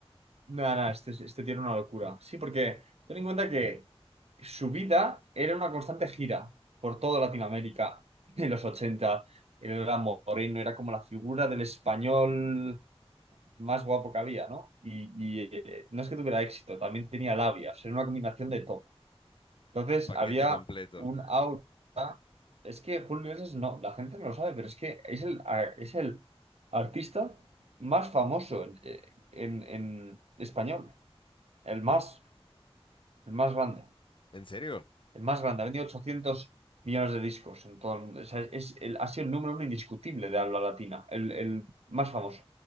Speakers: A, on the right (about 75°); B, on the left (about 50°).
A: Nada, nada, este, este tiene una locura. Sí, porque ten en cuenta que su vida era una constante gira por toda Latinoamérica en los ochenta Él era moreno, era como la figura del español más guapo que había, ¿no? Y, y, eh, no es que tuviera éxito, también tenía labias, era una combinación de todo. Entonces
B: el paquete
A: había
B: completo.
A: un aura. Es que Julio Iglesias no, la gente no lo sabe, pero es que es el, a- es el artista más famoso en, eh, en- en español, el más,
B: ¿En,
A: el más grande,
B: en serio?
A: el más grande. Ha vendido ochocientos millones de discos en todo el mundo. O sea, es el- ha sido el número uno indiscutible de habla latina, el, el más famoso.